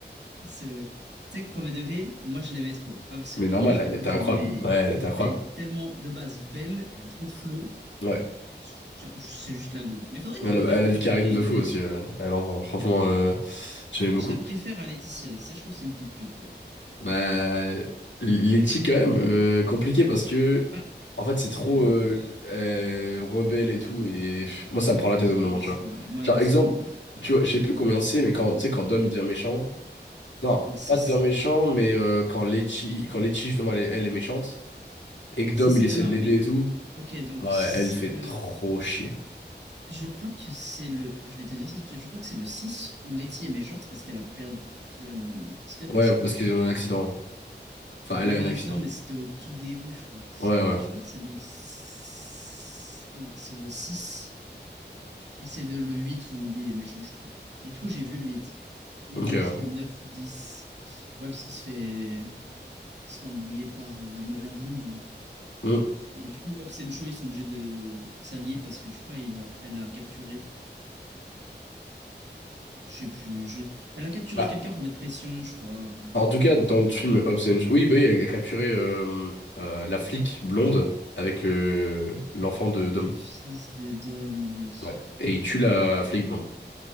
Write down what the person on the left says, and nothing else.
Mais
normal,
elle
était
incroyable.
Ouais, elle était incroyable.
Ouais.
Elle
a, elle a
du
charisme
de
fou
aussi. euh, Elle envoie. Franchement,
euh, j'aimais
beaucoup.
Bah, Letty, quand même, euh, compliqué parce que,
en fait, c'est
trop euh,
euh, rebelle et tout. Et pff, moi, ça me prend la tête au
bout d'un
moment,
tu vois.
Genre,
exemple,
tu vois, je sais plus combien c'est, mais quand, tu sais, quand Dom, il devient méchant. non
pas de Dom méchant, mais euh, quand Letty, quand Letty, justement, elle est, elle est méchante. Et que Dom,
il essaie
de l'aider
et tout.
Ouais,
elle fait
trop chier.
Ouais,
parce qu'ils ont eu un accident. Enfin,
elle
a
eu
un
accident.
Ouais, ouais.
Ok,
ouais.
Hmm.
Bah,
en tout cas, dans le film Hobbs and Shaw- oui, bah oui, elle elle a capturé euh, euh, la flic blonde avec euh, l'enfant de
Dom.
Ouais. Et il tue la flic blonde.